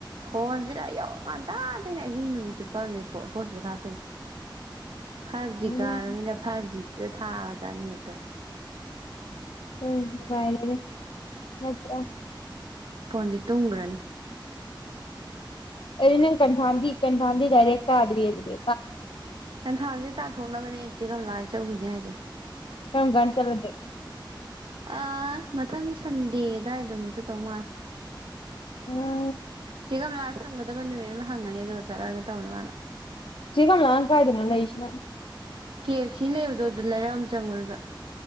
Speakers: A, on the right (about 80°); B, on the left (about 85°).
A: ꯍꯣꯟꯁꯤ ꯂ ꯑꯩ ꯌꯧꯔꯀꯥꯟ ꯇꯗꯩꯅ ꯑꯍꯤꯡ ꯅꯨꯃꯤꯠ ꯆꯨꯞꯠꯄꯝꯅꯦ ꯍꯣꯁ ꯄꯣꯠꯊꯥꯇꯣꯏꯁꯦ ꯐꯥꯏꯚ
B: ꯎꯝ
A: ꯖꯤ ꯀꯥꯔꯃꯤꯅ ꯐꯥꯏꯚ ꯖꯤ ꯊꯥꯕꯅꯤꯇ
B: ꯍꯣꯏꯅꯨꯡꯉꯔꯤꯅꯦ ꯅꯠꯇ꯭ꯔ
A: ꯄꯗꯤ ꯇꯣꯡꯒꯔꯅꯤ
B: ꯑꯗꯨ ꯅꯪ ꯀꯟ ꯊꯗꯤ ꯀꯩꯅ ꯐꯥꯟꯝꯗꯤ ꯗꯗꯥꯏꯔꯦꯛꯇꯑꯒꯗꯤ ꯏꯔꯕꯦ
A: ꯀꯟꯊꯥꯝꯁꯦ ꯇꯥꯊꯣꯛꯅꯕꯅꯦ ꯏꯆꯦ ꯀ ꯂꯥꯛ ꯆꯧꯈꯤꯅꯦ ꯍꯥꯏꯁꯦ
B: ꯀꯪꯒꯥꯟ ꯆꯂꯗ
A: ꯑ ꯃꯊꯪ ꯁꯟꯗꯦ ꯑꯗꯨꯗꯥꯋꯥꯏꯗꯝ ꯆꯗꯧ ꯃꯥꯜ
B: ꯎꯝ
A: ꯆꯦꯒꯝ ꯂꯑ ꯍꯪꯒꯗꯕ ꯅꯨꯃꯤꯠ ꯑꯃ ꯍꯪꯒꯅꯤ ꯑꯗꯨꯒ ꯆꯠꯂꯛꯑꯒꯦ ꯇꯧꯅꯦ ꯃꯥꯅ
B: ꯁꯤꯒꯂ ꯂꯥꯟ ꯀꯥꯏꯗꯦꯅꯂ ꯏꯁꯅ
A: ꯀꯦ ꯑꯦꯐ ꯁꯤ ꯂꯩꯕꯗꯣ ꯑꯗꯨ ꯂꯩꯔꯛ ꯑꯃ ꯆꯪꯕꯗꯨꯗ